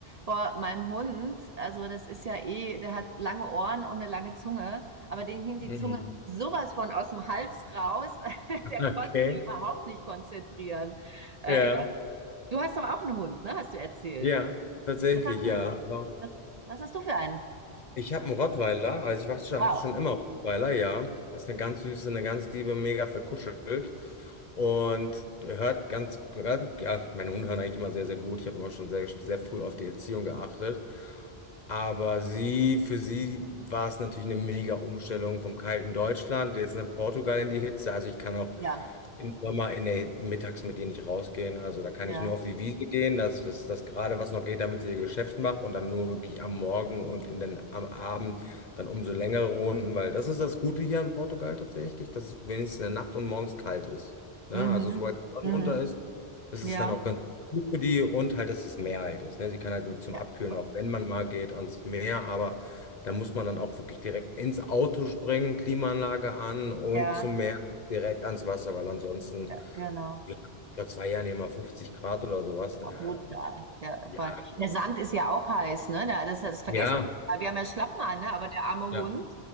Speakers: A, on the right; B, on the left.
A: boah, meinem Hund, also das ist ja eh, der hat lange Ohren und eine lange Zunge, aber dem hing die
B: Mhm.
A: Zunge sowas von aus dem Hals raus. <laughs>
B: <laughs>
A: Der
B: Okay.
A: konnte sich überhaupt nicht konzentrieren. Äh,
B: Ja,
A: ich weiß, nicht, du hast doch auch einen Hund, ne? Hast du erzählt?
B: ja, tatsächlich,
A: Was hast
B: ja.
A: du,
B: Also,
A: was, was hast du für einen?
B: Ich habe einen Rottweiler, also ich war schon,
A: Wow.
B: hatte schon immer Rottweiler, ja. Ist eine ganz süße, eine ganz liebe, mega verkuschelt und hört ganz, ja, meine Hunde hören eigentlich immer sehr, sehr gut. Ich habe immer schon sehr, sehr früh auf die Erziehung geachtet. Aber sie, für sie war es natürlich eine mega Umstellung vom kalten Deutschland, jetzt in Portugal in die Hitze. Also ich kann auch
A: Ja,
B: im Sommer in der, mittags mit ihr nicht rausgehen. Also da kann
A: ja.
B: ich nur auf die Wiese gehen, dass es das gerade was noch geht, damit sie ihr Geschäft macht und dann nur wirklich am Morgen und in den, am Abend dann umso längere Runden, weil das ist das Gute hier in Portugal tatsächlich, dass es wenigstens in der Nacht und morgens kalt ist. Ne?
A: Mhm.
B: Also sobald die Sonne
A: Mhm.
B: unter ist, es
A: Ja,
B: ist dann auch ganz gut für die und halt, dass es Meer halt ist. Ne? Sie kann halt mit zum
A: ja,
B: Abkühlen auch, wenn man mal geht, ans Meer, aber da muss man dann auch wirklich direkt ins Auto springen, Klimaanlage an und
A: ja,
B: zum Meer direkt ans Wasser, weil ansonsten,
A: ja, genau.
B: ja, vor zwei Jahren hier mal 50 Grad oder sowas, da,
A: Oh, brutal. Ja,
B: ja,
A: voll.
B: ja,
A: Der Sand ist ja auch heiß, ne? Da, das, das vergessen
B: ja,
A: wir mal. Wir haben ja Schlappen an, ne? Aber der arme Hund,
B: ja,